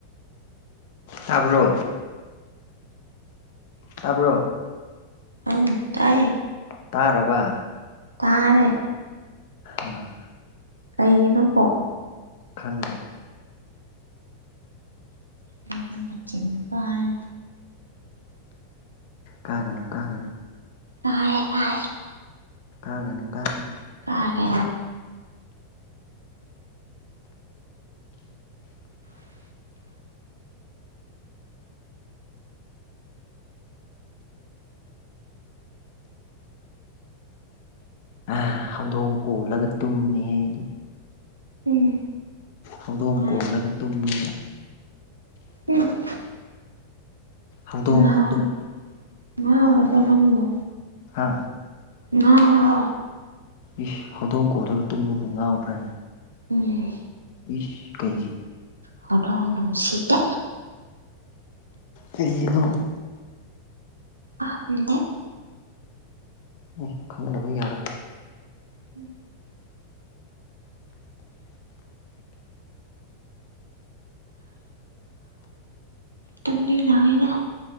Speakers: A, on the left; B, on the right.
A: ꯇꯥꯕ꯭ꯔꯣ ꯇꯥꯕ꯭ꯔꯣ
B: ꯑꯧ ꯇꯥꯏ
A: ꯇꯥꯔꯕ
B: ꯇꯥꯔꯦ
A: ꯑꯥ
B: ꯀꯩꯒꯤꯅꯣꯀꯣ
A: ꯈꯪꯗꯦ
B: <unintelligible> ꯃꯆꯤꯡ ꯀꯥꯔꯦꯗ
A: ꯀꯥꯒꯅꯨ ꯀꯥꯒꯅꯨ
B: ꯀꯥꯏ ꯀꯥꯏ
A: ꯀꯥꯒꯅꯨ ꯀꯥꯒꯅꯨ
B: ꯀꯥꯒꯦ
A: ꯑꯥ ꯍꯧꯗꯣꯡ ꯀꯣꯜꯂꯒ ꯇꯨꯝꯃꯤ ꯑꯩꯗꯤ
B: ꯎꯝ
A: ꯍꯧꯗꯣꯡ
B: ꯉꯥꯏ
A: ꯀꯣꯜꯂꯒ ꯇꯨꯝꯃꯦꯕ
B: <unintelligible>
A: ꯍꯧꯗꯣꯡ
B: ꯉꯥꯎꯔ
A: ꯍꯧꯗꯣꯡ
B: ꯉꯥꯎꯔꯕꯣ ꯅꯪꯕꯨ
A: ꯍꯥ
B: ꯉꯥꯎꯔꯣ
A: ꯏꯁ ꯍꯧꯗꯣꯡ ꯀꯣꯜꯂꯒ ꯇꯨꯝꯕꯕꯨ ꯉꯥꯎꯕ꯭ꯔꯅꯦ
B: ꯎꯝ
A: ꯏꯁ ꯀꯩꯒꯤ
B: ꯍꯧꯗꯣꯡ ꯅꯨꯡꯁꯤꯇꯦ
A: ꯀꯩꯒꯤꯅꯣ
B: <unintelligible> ꯗꯦ
A: ꯎꯝ ꯈꯪꯗꯕ ꯌꯥꯔꯣꯏ
B: <inaudible> <unintelligible>